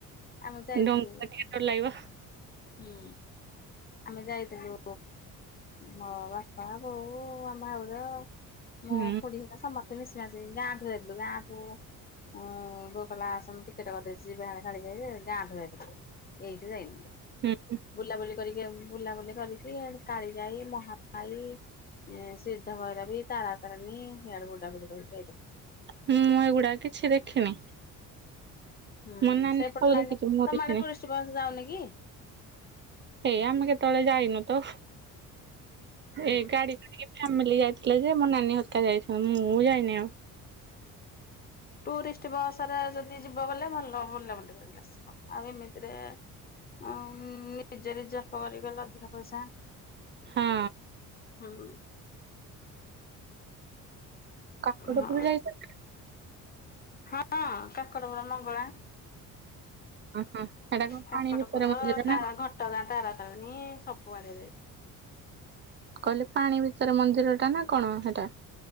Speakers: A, on the left (about 30°); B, on the right (about 35°).
A: ଆମେ ଯାଇଥିଲୁ
B: ଡଙ୍ଗା ଟିକେ ଡର ଲାଗିବ।
A: ହୁଁ ଆମେ ଯାଇଥିଲୁ ମୋ ବାପା, ବୋଉ, ଆମ ଭାଉଜ,
B: ହୁଁ
A: ମୋ ଖୁଡି। ସମସ୍ତେ ମିଶି ମାସି ଗାଁଠୁ ଯାଇଥିଲୁ, ଗାଁଠୁ ହଁ ବୋଉ କହିଲା ଆସ ମୁଁ ଟିକେଟ କରିଦେଇଛି, <unintelligible> କାଳିଜାଇ ଗାଁରୁ ଯାଇଥିଲୁ। ଏଇଟ <unintelligible>
B: ହୁଁ
A: ବୁଲାବୁଲି କରିକି ବୁଲାବୁଲି କରିକି କାଳି ଯାଇ ମହାକାଲି ସେ ଦ ଭ ବି ତାରା ତାରାନୀ ହେଡ଼େ <unintelligible> କରିକି ଏଇଥିଲୁ।
B: ହୁଁ ମୁଁ ଏଗୁଡାକ କିଛି ଦେଖିନି।
A: ହୁଁ
B: ମୋ ନାନୀ
A: ସେପଟ
B: ସବୁ
A: ଲାନିରେ
B: ଦେଖିଛି ମୁଁ
A: ତମେ
B: ଦେଖିନି
A: ଟୁରିଷ୍ଟ ବସ ଯାଉନି କି?
B: ହେଇ ଆମେ କେତେବେଳେ ଯାଇନୁ ତ।
A: ହୁଁ
B: ଏଇ ଗାଡି ଟିକେ ଫ୍ୟାମିଲି ଯାଇଥିଲେ ଯେ ମୋ ନାନୀ ହେରିକା ଯାଇଛନ୍ତି। ମୁଁ ଯାଇନି ଆଉ।
A: ଟୁରିଷ୍ଟ ବସ ରେ ଯଦି ଯିବ ଗଲେ ଭଲ ବୁଲ ବୁଲି କରିକି ଆସିବ। ଆଉ ଏମିତିରେ ନିଯେ ରିଜାର୍ଭ କରିକି ଗଲେ ଅଧିକା ପଇସା
B: ହଁ
A: ହୁଁ
B: କାକଟପୁର
A: ହଁ
B: ଯାଇଛନ୍ତି?
A: ହଁ କାକଡ ବର ମଙ୍ଗଳା
B: ଓହୋ ହେଟା କଣ
A: କାଙ୍କଟପୁର
B: ପାଣି ଭିତରେ ମନ୍ଦିର
A: <unintelligible>
B: ନା
A: ଘଟ
B: କଣ?
A: ହୋଟଗାଁ ତାର ତାରନୀ ସବୁଆଡେ ଯାଇଥାଏଵ।
B: କହିଲେ ପାଣି ଭିତରେ ମନ୍ଦିର ଟା ନା କଣ ହେଟା।